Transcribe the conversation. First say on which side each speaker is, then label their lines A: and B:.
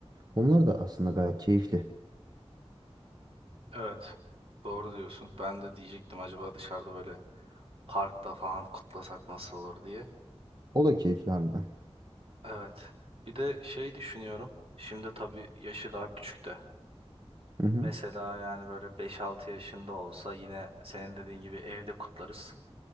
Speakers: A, on the right; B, on the right.
A: Onlar da aslında gayet keyifli.
B: Evet. Doğru diyorsun. Ben de diyecektim acaba dışarıda böyle parkta falan kutlasak nasıl olur diye.
A: O da keyifli harbiden.
B: Evet. Bir de şey düşünüyorum. Şimdi tabii yaşı daha küçük de.
A: Hı hı.
B: Mesela yani böyle beş-altı yaşında olsa yine senin dediğin gibi evde kutlarız.